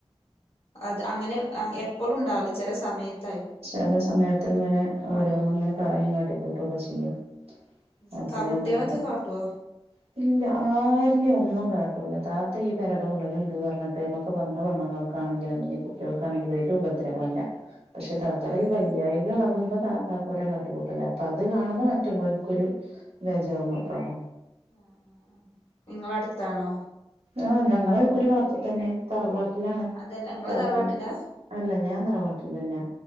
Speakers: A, on the left; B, on the right.
A: അത് അങ്ങനെ ആ എപ്പളും ണ്ടാവ്ല ചെല സമയത്ത്
B: ചെല സമയത്ത് ഇങ്ങനെ ഓരോ ഇങ്ങനെ പറയും കാട്ടിക്കൂട്ടുക്കെ ചെയ്യും
A: തന്നെ
B: അപ്പൊ
A: പ്പാ
B: ഞമ്മക്ക്
A: കുട്ടികളൊക്കെ കാട്ട്യോ
B: <inaudible> ഇല്ല ആര്നേം ഒന്നും കാട്ടൂല്ല താത്ത ഈ പെരട ഉള്ളല്ണ്ട് പർഞ്ട്ട് ഞമ്മക്ക് വന്ന പെണ്ണുങ്ങള് ക്കാണെങ്കിലും ഞ്ഞി കുട്ടികൾക്കാണെങ്കിലും ഒരു ഉപദ്രവും ല്ല പക്ഷെ താത്തോടെ
A: ഇല്ലല്ലേ
B: ഈ വയ്യായി എളകുമ്പോ താത്താക്കൊര് കാട്ടിക്കൂട്ടലാ അപ്പൊ അത് കാണുമ്പോ മറ്റ്ള്ളോൽക്കൊരു വേജാറും
A: ആഹ്
B: വെപ്റാളോ
A: ആഹ് ആഹ് ആഹ് നിങ്ങളടുത്താണോ
B: ആ ഞങ്ങള് ഒരു വളപ്പ് തന്നെ തറവാട്ട്ലാണ്
A: അതല്ല ഇങ്ങള്
B: താത്തിം
A: തറവാട്ടിലാ
B: അല്ല ഞാൻ തറവാാട്ടിലല്ല